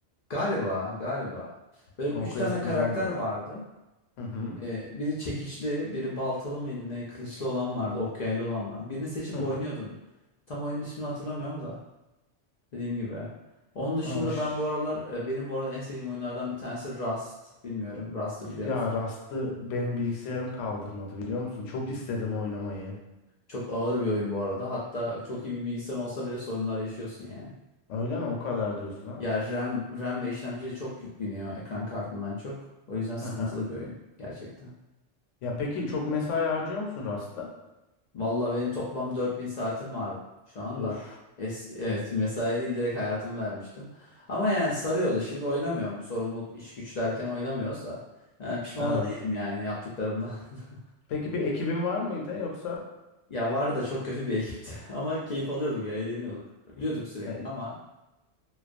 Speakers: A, on the left; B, on the left.
A: Galiba, galiba. Böyle
B: Conquest
A: üç tane
B: güzeldi.
A: karakter vardı.
B: Hı hı.
A: Ee, biri çekiçli, biri baltalı mıydı ne? Kılıçlı olan vardı, ok yaylı olan vardı. Birini seçip
B: Hı hı.
A: oynuyordun. Tam oyunun ismini hatırlamıyorum da dediğim gibi. Onun dışında
B: Aş.
A: ben bu aralar e, benim bu arada en sevdiğim oyunlardan bir tanesi Rust. Bilmiyorum Rust'ı biliyor
B: Ya
A: musun?
B: Rust'ı benim bilgisayarım kaldırmadı biliyor musun? Çok istedim oynamayı.
A: Çok ağır bir oyun bu arada. Hatta çok iyi bir bilgisayar olsa bile sorunlar yaşıyorsun yani.
B: Öyle mi? O kadar diyorsun ha?
A: Ya RAM, RAM ve işlemciye çok yük biniyor ekran kartından çok. O yüzden sıkıntılı
B: Hı hı.
A: bir oyun gerçekten.
B: Ya peki çok mesai harcıyor musun Rust'ta?
A: Vallahi benim toplam 4000 saatim vardı şu anda.
B: Of.
A: Es evet mesai değil direkt hayatımı vermiştim. Ama yani sarıyordu. Şimdi oynamıyorum. Sorumluluk iş güç derken oynamıyoruz da. Yani pişman
B: Evet.
A: da değilim yani yaptıklarımdan. <laughs>
B: Peki bir ekibin var mıydı yoksa?
A: Ya var da çok kötü bir ekipti. <laughs> Ama keyif alıyorduk ya eğleniyorduk. Ölüyorduk sürekli
B: Ya
A: ama